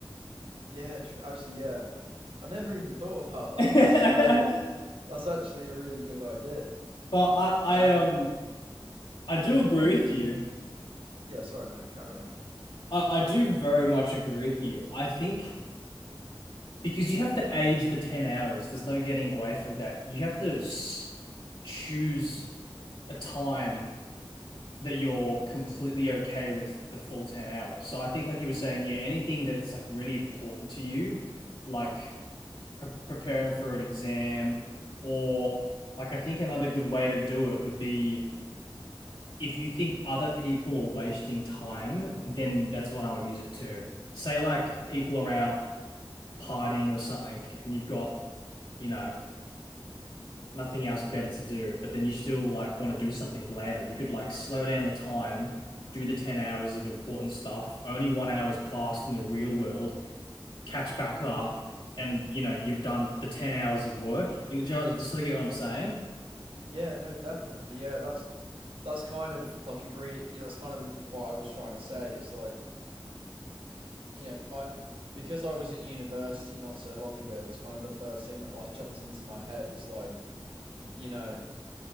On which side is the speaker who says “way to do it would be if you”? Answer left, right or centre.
Left